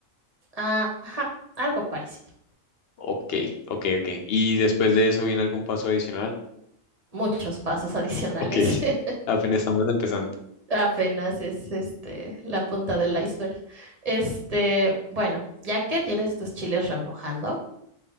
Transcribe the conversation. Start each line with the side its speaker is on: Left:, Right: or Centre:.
Right: Ah, Ajá, algo parecido.
Left: Ok, ok, ok. Y después de eso viene algún paso adicional.
Right: muchos pasos adicionales.
Left: Ok.
Right: <laughs>
Left: Apenas estamos empezando.
Right: Apenas es este la punta del iceberg. Este, bueno, ya que tienes tus chiles remojando,